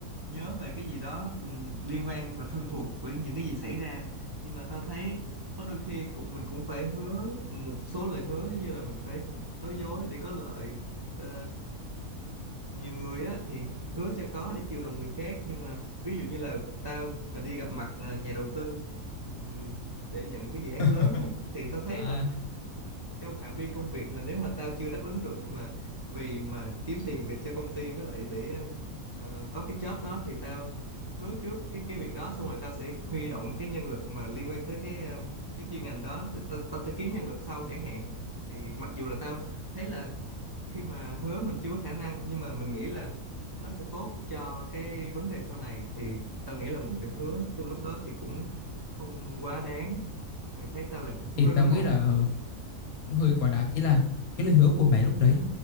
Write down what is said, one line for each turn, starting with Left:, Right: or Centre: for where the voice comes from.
Right: nhớ về cái gì đó ừ, liên quan và thân thuộc với những cái gì xảy ra nhưng mà tao thấy có đôi khi cũng mình cũng phải hứa một số lời hứa giống như là mình phải nói dối để có lợi Ờ, nhiều người á thì hứa cho có để chiều lòng người khác nhưng mà ví dụ như là tao mà đi gặp mặt ờ, nhà đầu tư ừ, để nhận một cái dự án
Left: <laughs>
Right: lớn á thì tao thấy
Left: À
Right: là trong phạm vi công việc mà nếu mà tao chưa đáp ứng được nhưng mà vì mà kiếm tiền về cho công ty với lại để ờ, có cái job đó thì tao hứa trước cái cái việc đó xong rồi tao sẽ huy động cái nhân lực mà liên quan tới cái ờ, cái chuyên ngành đó để tao, tao sẽ kiếm nhân lực sau chẳng hạn thì mặc dù là tao thấy là khi mà hứa mình chưa có khả năng nhưng mà mình nghĩ là nó sẽ tốt cho cái vấn đề sau này thì tao nghĩ là một lời hứa trong lúc đó thì cũng không quá đáng mày thấy tao làm việc lúc
Left: thì
Right: đó
Left: tao
Right: đúng
Left: nghĩ
Right: không
Left: là cũng hơi quá đáng ý là cái lời hứa của mày lúc đấy á,